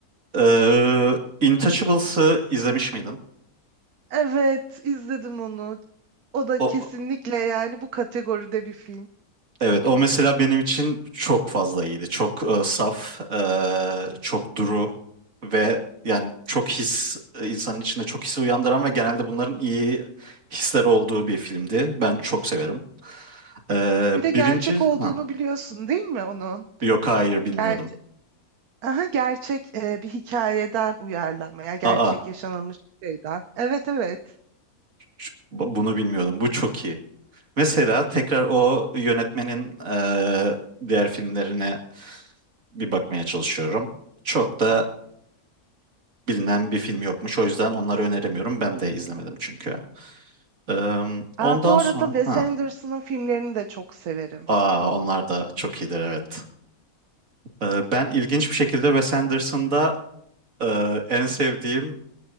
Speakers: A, on the right (about 60°); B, on the right (about 75°).
A: ee, Intouchables'ı izlemiş miydin?
B: Evet, izledim onu. O da
A: O
B: kesinlikle yani bu kategoride bir film.
A: Evet, o mesela benim için çok fazla iyiydi. Çok e, saf, e, çok duru ve yani çok his, e, insanın içinde çok his uyandıran ve genelde bunların iyi hisler olduğu bir filmdi. Ben çok severim. E,
B: Bir
A: birinci,
B: de gerçek olduğunu
A: ha,
B: biliyorsun değil mi onun?
A: yok hayır bilmiyordum.
B: Gerçek. Aha, gerçek e, bir hikayeden uyarlanma. Yani gerçek
A: Aa,
B: yaşanılmış bir şeyden. Evet evet.
A: şu- bu- bunu bilmiyordum. Bu çok iyi. Mesela tekrar o yönetmenin e, diğer filmlerine bir bakmaya çalışıyorum. Çok da bilinen bir film yokmuş. O yüzden onları öneremiyorum. Ben de izlemedim çünkü. Eee, ondan
B: Aa, bu
A: sonra
B: arada Wes
A: ha.
B: Anderson'ın filmlerini de çok severim.
A: Aa, onlar da çok iyidir evet. Eee, ben ilginç bir şekilde Wes Anderson'da eee, en sevdiğim